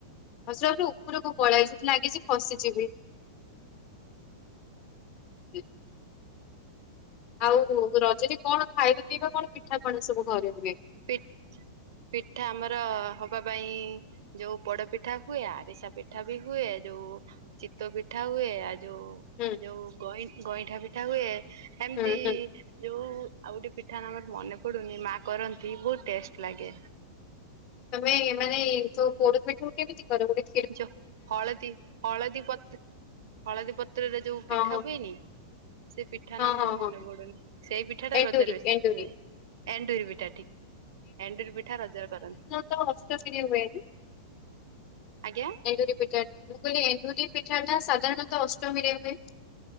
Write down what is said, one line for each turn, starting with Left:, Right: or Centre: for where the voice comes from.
Left: ମତେ ଲାଗୁଚି ଉପରକୁ ପାଳେଇଆଇ, ମତେ ଲାଗୁଚି କିଛି ଲାଗିଛି ଫସିଜିବି। କୁ <inaudible> ଆଉ ରଜରେ କଣ ଖାଇବା ପିଇବା, କଣ ପିଠା ପଣା ସବୁ ଘରେ ହୁଏ?
Right: ପି ପିଠା ଆମର ହବା ପାଇଁ ଯୋଉ ପୋଡ ପିଠା ହୁଏ, ଆରିସା ପିଠା ବି ହୁଏ, ଯୋଉ ଚିତଉ ପିଠା ହୁଏ, ଆଉ ଯୋଉ
Left: ହୁଁ
Right: ଯୋଉ ଗଇଁ ଗଇଁଠା ପିଠା ହୁଏ। ଏମତି
Left: ହୁଁ ହୁଁ
Right: ଯୋଉ ଆଉ ଗୋଟେ ପିଠା ନାମ ମନେ ପଡୁନି, ମା କରନ୍ତି ସିଏ ବହୁତ୍ ଟେଷ୍ଟ ଲାଗେ।
Left: ତମେ ମାନେ ଯୋଉ ପୋଡ ପିଠାକୁ କେମିତି କରନ୍ତି?
Right: ଜଉ ହଳଦୀ ହଳଦୀ ପତ୍ର ହଳଦୀ ପତ୍ରରେ ଯୋଉ ପିଠା
Left: ହଁ ହଁ
Right: ହୁଏନି, ସେ ପିଠା ନାଁ ମୋର
Left: ହଁ ହଁ
Right: ମାନେ
Left: ହଁ
Right: ପଡୁନି। ସେ ପିଠା ଟା
Left: ଏଣ୍ଡୁରି
Right: ରଜରେ ବେସୀ
Left: ଏଣ୍ଡୁରି
Right: ହୁଏ, ଏଣ୍ଡୁରି ପିଠା ଠିକ୍। ଏଣ୍ଡୁରି ପିଠା ରଜରେ କରନ୍ତି।
Left: ତ ହସ୍ତଶିରି ହୁଏ।
Right: ଆଜ୍ଞା?
Left: ଏଣ୍ଡୁରି ପିଠା ଟା, ମୁଁ କହିଲି ଏଣ୍ଡୁରି ପିଠା ଟା ସାଧାରଣତଃ ଅଷ୍ଟମୀରେ ହୁଏ।